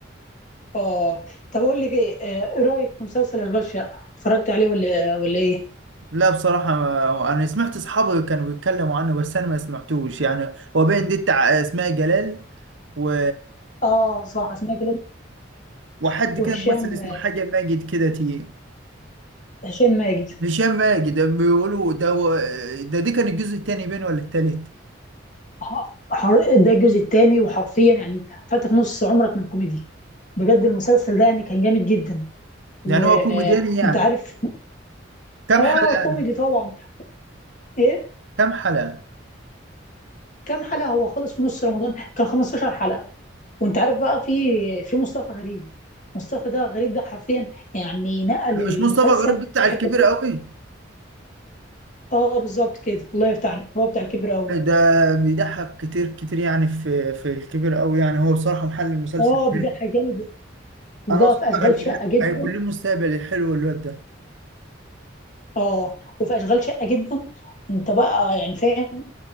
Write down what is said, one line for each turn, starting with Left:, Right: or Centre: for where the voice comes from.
Left: اه طب قول لي ايه آه، إيه رأيك في مسلسل أشغال شقة اتفرجت عليه ولا ولا ايه
Right: لا بصراحة ما- أنا سمعت أصحابي كانوا بيتكلموا عنه بس أنا ما سمعتوش يعني هو باين دي بتاع أسماء جلال و...
Left: اه صح اسمها جلال
Right: وحد
Left: وهشام
Right: كده ممثل اسمه حاجة ماجد كده تي
Left: هشام ماجد
Right: هشام ماجد بيقولوا ده هو... ده دي كان الجزء التاني باين ولا التالت
Left: ح- حر... ده الجزء الثاني وحرفيا يعني فاتك نص عمرك من الكوميديا بجد المسلسل ده يعني كان جامد جدا و...
Right: يعني هو كوميدياني يعني
Left: وانت عارف
Right: كام
Left: اه
Right: حلقة
Left: كوميدي طبعا ايه
Right: كام حلقة
Left: كام حلقة هو خلص في نص رمضان كان 15 حلقة وانت عارف بقى في في مصطفى غريب مصطفى ده غريب ده حرفيا يعني نقل
Right: مش
Left: المسلسل
Right: مصطفى غريب بتاع
Left: في
Right: الكبير
Left: حتة كده
Right: قوي
Left: اه بالظبط كده الله يفتح عليك هو بتاع الكبير قوي
Right: لا ده بيضحك كتير كتير يعني في في الكبير قوي يعني هو بصراحة محل المسلسل
Left: اه بيضحك
Right: ده.
Left: جامد وبقى
Right: أنا أصلا
Left: في اشغال
Right: هيكون
Left: شقة جدا
Right: هيكون له مستقبل حلو الواد ده
Left: اه وفي اشغال شقه جدا انت بقى يعني فاهم